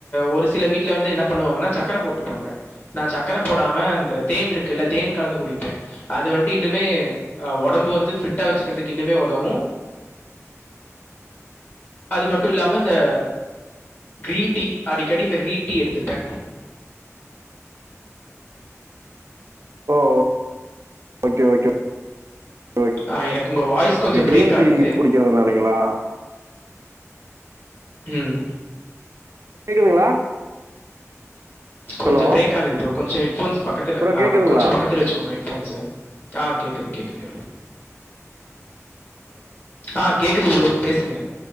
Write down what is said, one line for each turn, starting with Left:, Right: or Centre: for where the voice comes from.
Left: ஒரு சில வீட்டுல வந்து என்ன பண்ணுவாங்கன்னா சக்கர போட்டு வாங்க நா சக்கர போடாம அந்த தேன் இருக்குல்ல தேன் கலந்து குடிப்பே அது வன் ட்டு இன்னுமே ஆஹ் ஒடம்பு வந்து ஃபிட்டா வச்சுக்கறதுக்கு இன்னுமே ஒதவு அது மட்டு இல்லாம இந்த க்ரீன் டீ அடிக்கடி இந்த க்ரீன் டீ எடுத்துப்பே
Right: ஓஓ ஓகே ஓகே ஓக்
Left: ஆ, எனக்கு உங்கள் வாய்ஸ் கொஞ்சம்
Right: கே க்ரீன்
Left: பிரேக் ஆகுது
Right: டீ குடிக்கறது நாளைங்ளா
Left: ம்
Right: கேக்குதுங்களா
Left: கொஞ்ச
Right: ஹலோ
Left: பிரேக் ஆகுது ப்ரோ கொஞ்ச ஹெட்ஃபோன்ஸ் பக்கத்தில
Right: ப்ரோ கேக்குதுங்களா
Left: கொஞ்ச பக்கத்தில வச்சுக்கோங்க ஃபோன்ஸ ஆ கேக்குது கேக்குது ஆ கேக்குது ப்ரோ பேசுங்க